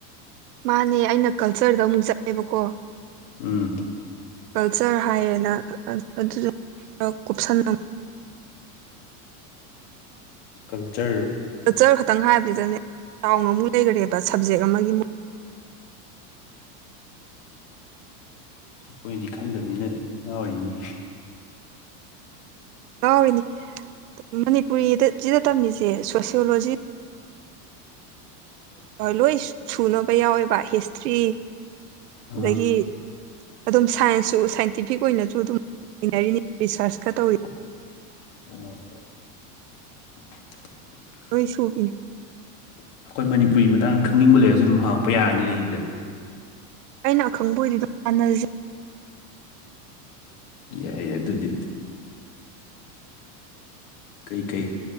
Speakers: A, on the right; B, on the left.
A: ꯃꯥꯅꯦ ꯑꯩꯅ ꯀꯜꯆꯔꯗ ꯑꯃꯨꯛ ꯆꯠꯂꯦꯕꯀꯣ
B: ꯎꯝ
A: ꯀꯜꯆꯔ ꯍꯥꯏꯌꯦꯅ ꯑꯗꯨꯗ ꯀꯨꯞꯁꯟꯅ
B: ꯀꯜꯆꯔ
A: ꯀꯜꯆꯔ ꯈꯛꯇꯪ ꯍꯥꯏꯕꯁꯤꯗꯅꯦ ꯆꯥꯎꯅ ꯑꯃꯨꯛ ꯂꯩꯈꯔꯦꯕ ꯁꯞꯖꯦꯛ ꯑꯃꯒꯤꯃꯨꯛ
B: ꯑꯩꯈꯣꯏꯗꯤ ꯈꯪꯗꯕꯅꯤꯅ ꯉꯥꯎꯔꯤꯅꯤꯅꯦ
A: ꯉꯥꯎꯔꯤꯅꯤ ꯃꯅꯤꯄꯨꯔꯤꯗ ꯁꯤꯗ ꯇꯝꯃꯤꯁꯦ ꯁꯣꯁꯤꯌꯦꯜꯂꯣꯖꯤ
B: ꯑꯗꯨ <inaudible>
A: ꯂꯣꯏ ꯁꯨꯅꯕ ꯌꯥꯎꯋꯦꯕ ꯍꯤꯁꯇ꯭ꯔꯤ
B: ꯑꯥ
A: ꯑꯗꯒꯤ ꯑꯗꯨꯝ ꯁꯥꯏꯟꯁꯁꯨ ꯁꯥꯏꯟꯇꯤꯐꯤꯛ ꯑꯣꯏꯅꯁꯨ ꯑꯗꯨꯝ ꯏꯅꯔꯤꯅꯤ ꯔꯤꯁꯔꯁꯀ ꯇꯧꯔꯤꯅꯤ
B: ꯑꫭ
A: ꯂꫭꯏ ꯁꯨꯕꯤꯅꯤ
B: ꯑꯩꯈꯣꯏ ꯃꯅꯤꯄꯨꯔꯤꯒꯤ ꯃꯇꯥꯡꯗ ꯈꯪꯅꯤꯡꯕ ꯂꯩꯔꯁꯨ ꯑꯗꯨꯝ ꯍꯪꯉꯛꯄ ꯌꯥꯔꯅꯤꯅꯦ ꯑꯗꯨꯗꯤ
A: ꯑꯩꯅ ꯑꯈꯪꯕ ꯑꯣꯏꯔꯤꯗꯤ ꯇꯥꯟꯅꯔꯁꯦ
B: ꯌꯥꯏꯌꯦ ꯑꯗꯨꯗꯤ ꯀꯩ ꯀꯩ